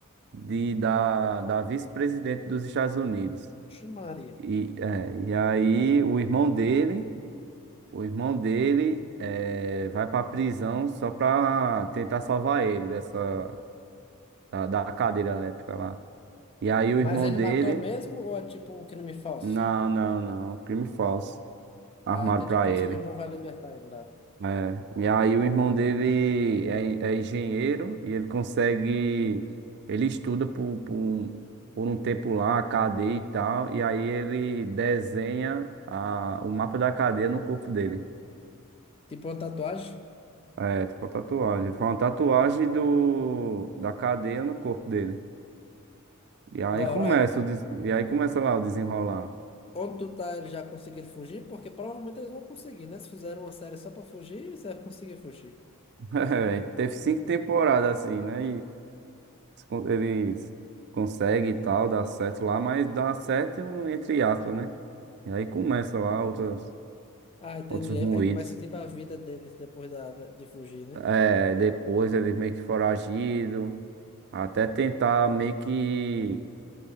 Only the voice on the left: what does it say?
Ixi, Maria.
Mas
ele
matou mesmo ou é tipo um crime falso?
Ah, entendi.
Por
isso que o irmão vai libertar ele lá.
Tipo uma tatuagem.
Da
hora.
Onde tu tá, eles já conseguiram fugir? Porque provavelmente eles vão conseguir, né? Se fizeram uma série só pra fugir, eles devem conseguir fugir.
Ah, entendi.
Aí
aí começa tipo a vida deles depois da, da- de fugir, né?